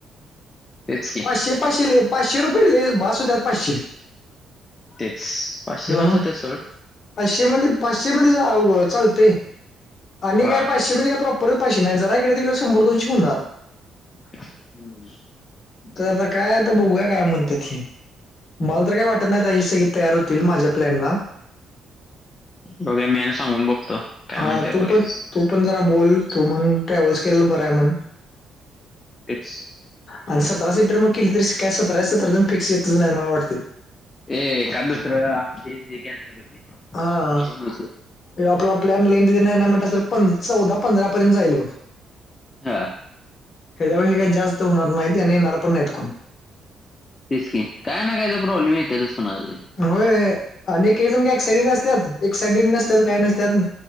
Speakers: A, on the left (about 30°); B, on the left (about 50°).
A: तेच की
B: पाचशे पाचशेले पाचशे रुपयेले भास होत्यात पाचशे.
A: तेच पाचशे
B: मग
A: बास होतेत सोड.
B: पाचशे मध्ये पाचशे मध्ये आ व चालते आणि
A: हा
B: काय पाचशे मध्ये काय प्रॉप परत पाचशी नाही जरा इकडे तिकडे शंभर दोनशें होणार.
A: हम्म.
B: तर आता काय आता बघूया काय म्हणतेत ही. मला तर काय वाटत नाही आ ह सगळी तयार होतील माझ्या प्लॅन ला.
A: बघा मी आणि सांगून बघतो काय
B: हा
A: म्हणते
B: तू
A: बघय.
B: पण तू पण जरा बोल तू मग ट्रॅव्हल्स केलं बरय म्हण.
A: एक्स.
B: आणि सतरा सीटर मग केली तरी सतरा जण फिक्स येतच नाही मला वाटतेय.
A: ये काण दुसरं असतय जे, कॅन्सल होते
B: हा
A: पण येते.
B: आपला प्लॅन लईन नाही म्हटलं, तर चौदा पंधरा पर्यंत जाईल बग.
A: हा.
B: हेच्यापेक्षा काही जास्त होणार नाहीत, आणि येणार पण नाहीत कोण.
A: तेच की, काय ना काय तर प्रॉब्लेम येत्यातच कोणाच तरी.
B: होय. आणि एकेक जण काय एक्साइडड असत्यात. एक साइडेड नसतात काय नसत्यात.